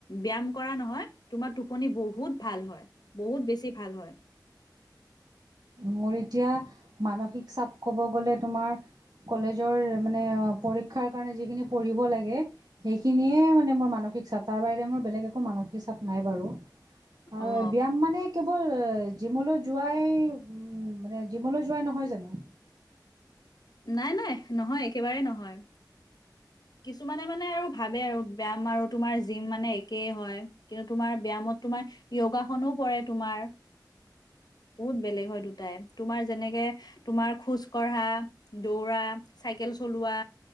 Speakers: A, on the left; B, on the right.
A: ব্যয়াম কৰা নহয় তোমাৰ টোপনি বহুত বহুত ভাল হয় বহুত বেছি ভাল হয়
B: মোৰ এতিয়া মানসিক চাপ কব গলে তোমাৰ কলেজৰ মানে পৰীক্ষাৰ কাৰণে যিখিনি পঢ়িব লাগে সেইখিনিয়ে মানে মোৰ মানস মানসিক চাপ তাৰ বাহৰে মোৰ বেলেগ একো মানসিক চাপ নাই বাৰু আৰু
A: অ
B: ব্যায়াম মানে কেৱল জিমলৈ যোৱা যোৱাই মানে জিমলৈ যোৱা নহয় জানো
A: নাই নাই নহয় একেবাৰে নহয় কিছুমানে মানে আৰু ভাবে আৰু ব্যায়াম আৰু তোমাৰ জিম মানে একেই হয় কিন্তু তোমাৰ ব‍্যায়ামত তোমাৰ য়গাসনো পৰে তোমাৰ বহুত বেলেগ হয় দুটাই তোমাৰ যেনেকে তোমাৰ খোজ কঢ়া দৌৰা চাইকেল চলোৱা